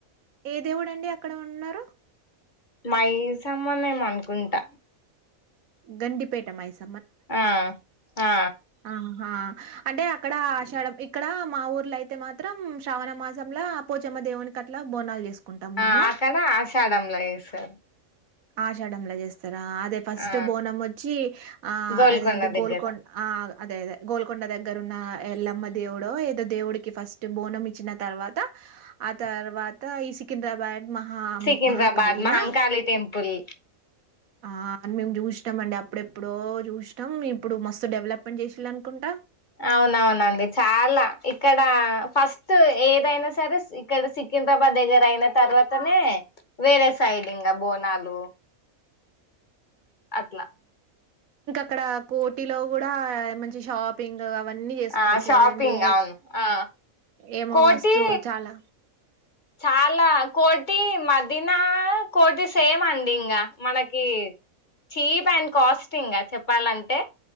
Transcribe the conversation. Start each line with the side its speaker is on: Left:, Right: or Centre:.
Right: ఏ దేవుడు అండి అక్కడ ఉన్నార్.
Left: మై సమ్మనే ఏమ అనుకుంటా.
Right: గండిపేట మైస్
Left: ఆ ఆ
Right: ఆహా అంటె అక్కడ ఆషాడం ఇక్కడ మా ఊర్ ల అయితే మాత్రం శ్రవణ మాస్ అ పోచమ్మ దేవుని అట్లా బోనాలు. జేసుకుంటాం మేము.
Left: ఆ అక్కడ ఆషాఢంలో చేస్తారు.
Right: ఆషాడలా చేస్తం. తర అదే ఫస్ట్
Left: ఆ
Right: బోనం వచ్చి ఆ
Left: గోల్కొండ
Right: అదేంటి
Left: దగ్గర
Right: గోల్కొండ ఆ అదే అదే గోల్కొండ దగ్గర ఉన్న ఎల్లమ్మ దేవుడో ఏదో దేవుడికి ఫస్ట్ బోనం ఇచ్చిన తర్వాత ఆ తర్వాత ఈ సికింద్రాబాద్. మహా
Left: సికింద్రాబాద్
Right: మహాకాళినా
Left: మహంకాలీ టెంపుల్.
Right: ఆ అని మేము చూసినమండి అప్పుడే ఎప్పుడో చూసీనము ఇప్పుడు మస్తు డెవలప్మెంట్ చేసిల్లు అనుకుంటా.
Left: అవునవునండి చాలా ఇక్కడ ఫస్ట్ ఏదైనా సరే ఇక్కడ సికింద్రాబాద్ దగ్గర అయిన తర్వాతనే వేరే సైడ్ ఇంకా బోనాలు. అట్లా
Right: ఇక్కడ కోటిలో కూడా మంచి షాపింగ్ అవన్నీ చేసుకోవచ్చు.
Left: ఆ షాపింగ్
Right: కదండి
Left: అవును ఆ
Right: ఏమో
Left: కోటి
Right: మస్తు చాలా
Left: చాలా కోటి మదీన కోటి సేమ్ అండి ఇంకా మనకి చీప్ అండ్ కాస్ట్ ఇంకా చెప్పాలంటే,